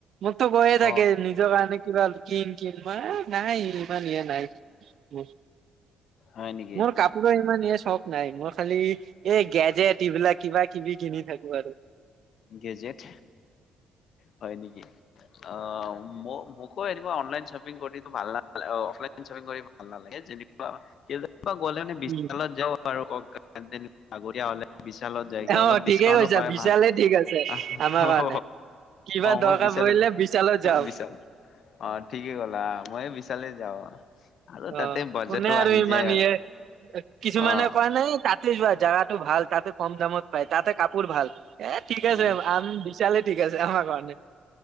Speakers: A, on the right (about 65°); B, on the left (about 65°).
A: মোকতো কৈয়ে থাকে
B: অ'।
A: নিজৰ কাৰণে কিবা কিনি কিন মই নাই ইমান এয়া নাই
B: হয় নেকি?
A: মোৰ কাপোৰৰ ইমান এয়া চখ নাই মই খালি এই গেজেট এইবিলাক কিবা কিবি কিনি থাকো আৰু
B: কেজিয়েত হয় নেকি অ ম মোকো এনেকোৱা অনলাইন শ্বপিং শ্বপিং কৰি ভাল নালাগে অফলাইন শ্বপিং কৰি ভাল নালাগে যেনিবা কেতিয়াবা গলে মানে বিশালত
A: উম
B: যাও বাৰু কওক <unintelligible> আগতীয়া হ'লে বিশালত যায়গে
A: অ'
B: অলপ
A: ঠিকে
B: ডিচকাউণ্টটো
A: কৈছা
B: পায়
A: বিশালে
B: ভাল
A: ঠিক আছে
B: অহ
A: আমাৰ কাৰণে। কিবা
B: মই
A: দৰকাৰ
B: বিশালে
A: পৰিলে বিশালত যাওঁ
B: বিশালে অ ঠিকে কলা মই বিশালে যাওঁ আৰু তাতে
A: অ
B: বাজেটো
A: কোনে আৰু
B: আহি
A: ইমান
B: যায় আৰু
A: ইয়েৰ কিছুমানে
B: অ'।
A: কয় নাই তাতে যোৱা জাগাত টো ভাল তাতে কম দামত পায় তাতে কাপোৰ ভাল এ ঠিক আছে
B: উম
A: আম বিশালে ঠিক আছে আমাৰ কাৰণে